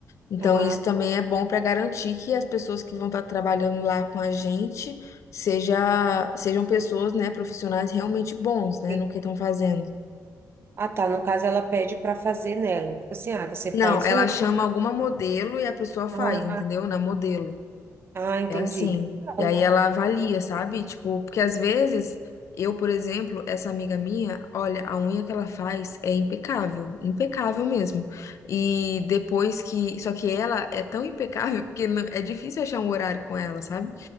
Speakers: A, on the left; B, on the right.
A: Então,
B: a
A: isso também é bom para garantir que as pessoas que vão estar trabalhando lá com a gente seja, sejam pessoas, né, profissionais realmente bons, né,
B: Sim.
A: no que estão fazendo.
B: Ah, tá. No caso, ela pede para fazer nela. Tipo assim, ah, você
A: Não,
B: faz
A: ela
B: um.
A: chama alguma modelo e a pessoa faz,
B: Ah,
A: entendeu? Na modelo.
B: ah, entendi.
A: É assim.
B: Legal.
A: E aí ela avalia, sabe? Tipo, porque às vezes eu, por exemplo, essa amiga minha, olha, a unha que ela faz é impecável, impecável mesmo. E depois que, só que ela é tão impecável <laughs> que não- é difícil achar um horário com ela, sabe?